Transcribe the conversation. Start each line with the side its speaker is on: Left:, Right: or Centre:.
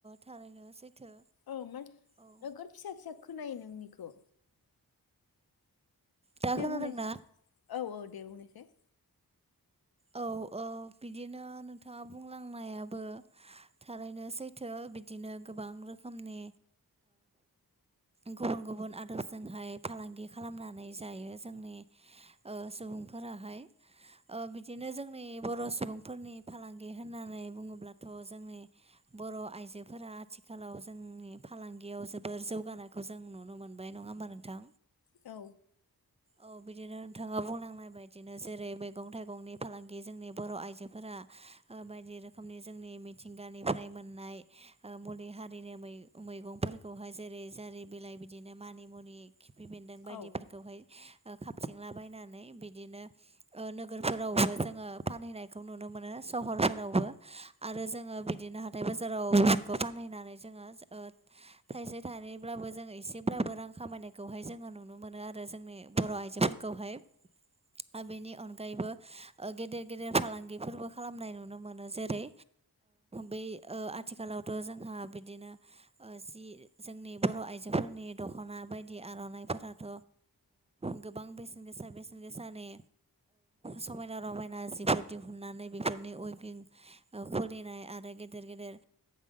Right: थारैनो सैथो
Left: औ मा
Right: औ
Left: नोगोद फिसा फिसा खोनायो नोंनिखौ
Right: दा
Left: दे
Right: खोनादोंना?
Left: बुंनायसाय औ औ दे बुंनायसाय
Right: औ औ बिदिनो नोंथाङा बुंलांनायाबो थारैनो सैथो बिदिनो गोबां रोखोमनि गुबुन गुबुन आदबजोंहाय फालांगि खालामनानै जायो जोंनि सुबुंफोराहाय बिदिनो जोंनि बर' सुबुंफोरनि फालांगि होननानै बुङोब्लाथ' जोंनि बर' आइजोफोरा आथिखालाव जोंनि फालांगियाव जोबोर जौगानाय खौ जों नुनो मोनबाय नङा होमबा नोंथां
Left: औ
Right: औ बिदिनो नोंथाङा बुंलांनाय बायदिनो जेरै मैगं थाइगंनि फालांगि जोंनि बर' आइजोफोरा बायदि रोखोमनि जोंनि मिथिंगानिफ्राय मोननाय मुलि हारिनो मैगंफोरखौहाय जेरै जारि बिलाइ बिदिनो मानि मुनि खिफि बेन्दों बायदिफोरखौहाय
Left: औ
Right: खाबथिंलाबायनानै बिदिनो नोगोरफोरावबो जोङो फानहैनायखौ नुनो मोनो सहरफोरावबो आरो जोङो बिदिनो हाथाय बाजाराव बेफोरखौ फानहैनानै जोङो थाइसे थाइनैब्लाबो जोङो एसेब्लाबो रां खामायनायखौहाय जोङो नुनो मोनो आरो जोंनि बर' आइजोफोरखौहाय आरो बेनि अनगायैबो गेदेर गेदेर फालांगिफोरबो खालामनाय नुनो मोनो जेरै बै आथिखालावथ' जोंहा बिदिनो जि जोंनि बर' आइजोफोरनि दख'ना बायदि आर'नाइफोराथ' गोबां बेसेन गोसा बेसेन गोसानि समायना रमायना जिफोर दिहुननानै बेफोरनि उइबिं खुलिनाय आरो गेदेर गेदेर